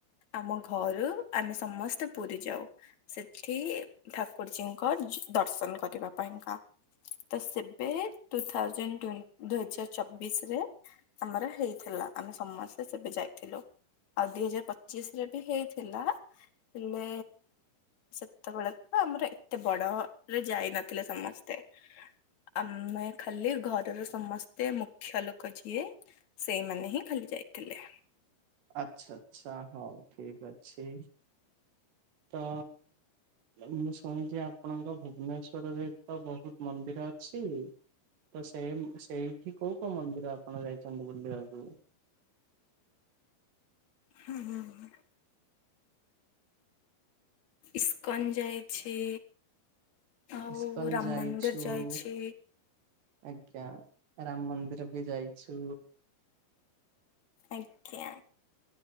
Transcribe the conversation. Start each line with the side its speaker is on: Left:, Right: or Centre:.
Left: ଆମ ଘରୁ ଆମେ ସମସ୍ତେ ପୁରୀ ଯାଉ। ସେଠି ଠାକୁରଜୀଙ୍କ ଦର୍ଶନ କରିବା ପାଇଁକା। ତ ସେବେ ଟୁ ଥାଉଜେଣ୍ଟ ଟୋନ ଦୁଇ ହଜାର ଚବିଶ ରେ। ଆମର ହେଇଥିଲା। ଆମେ ସମସ୍ତେ ସେବେ ଯାଇଥିଲୁ। ଆଉ ଦୁଇ ହଜାର ପଚିଶରେ ବି ହେଇଥିଲା। ମେ ସେତେବେଳେ ତ ଆମର ଏତେ ବଡ ରେ ଯାଇ ନଥିଲେ ସମସ୍ତେ। ଆମେ ଖାଲି ଘରର ସମସ୍ତେ ମୁଖ୍ୟ ଲୋକ ଯିଏ। ସେଇମାନେ ହିଁ ଖାଲି ଯାଇଥିଲେ।
Right: ଆଚ୍ଛା ଆଛା ହଉ ଠିକ ଅଛି, ତ। ମୁଁ ଶୁଣିଛି ଆପଣଙ୍କ ଭୁବନେଶ୍ଵରରେ ତ ବହୁତ ମନ୍ଦିର ଅଛି। ତ ସେଇ ସେଇଠି କୋଉ କୋଉ ମନ୍ଦିର ଆପଣ ଯାଇଛନ୍ତି ବୁଲିବାକୁ?
Left: ହୁଁ ହୁଁ ହୁଁ ଇସ୍କନ୍ ଯାଇଛି, ଆଉ
Right: ଇସ୍କନ
Left: ରାମ
Right: ଯାଇଛୁ
Left: ମନ୍ଦିର ଯାଇଛି,
Right: ଆଜ୍ଞା, ରାମ ମନ୍ଦିର ବି ଯାଇଛୁ।
Left: ଆଜ୍ଞା